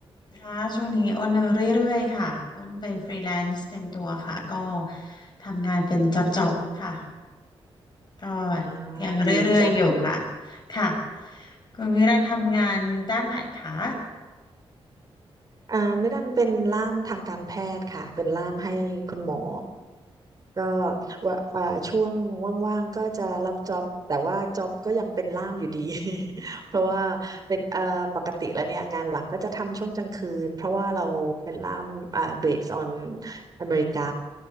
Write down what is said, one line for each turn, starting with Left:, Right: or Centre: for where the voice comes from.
Left: ค่ะช่วงนี้อ้นเรื่อยๆค่ะอ้นเป็นฟรีแลนซ์เต็มตัวค่ะก็ทำงานเป็นจ็อบๆค่ะก็
Right: อ่า
Left: ยังเรื่อยๆอยู่ค่ะ
Right: ดีจัง
Left: ค่ะคุณมิรันทำงานด้านไหนคะ
Right: อ่าไม่ดันเป็นล่ามทางการแพทย์ค่ะเป็นล่ามให้คุณหมอก็ว่าอ่าช่วงว่างๆก็จะรับจ็อบแต่ว่าจ็อบก็ยังเป็นล่ามอยู่ดี <laughs> เพราะว่าเป็นอ่าปกติแล้วเนี่ยงานหลักก็จะทำช่วงกลางคืนเพราะว่าเราเป็นล่ามอ่า based on อเมริกา